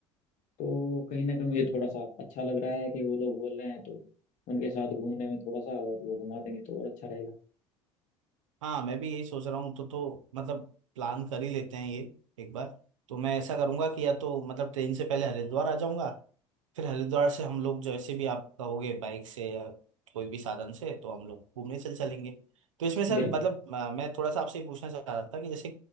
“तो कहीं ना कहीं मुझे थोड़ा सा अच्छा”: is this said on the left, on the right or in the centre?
Left